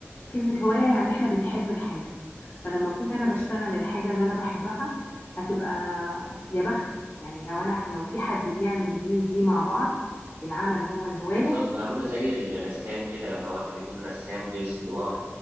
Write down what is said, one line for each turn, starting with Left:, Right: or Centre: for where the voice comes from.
Left: كلمه هوايه يعني احنا بنحب الحاجه فلما اكون انا بشتغل الحاجه اللي انا بحبها هتبقى يا بختي يعني لو انا لو في حد بيعمل دي ودي مع بعض العمل هو الهوايه
Right: بالظبط عاملة زي الرسام كده لما واحد يكون رسام بيرسم لوحده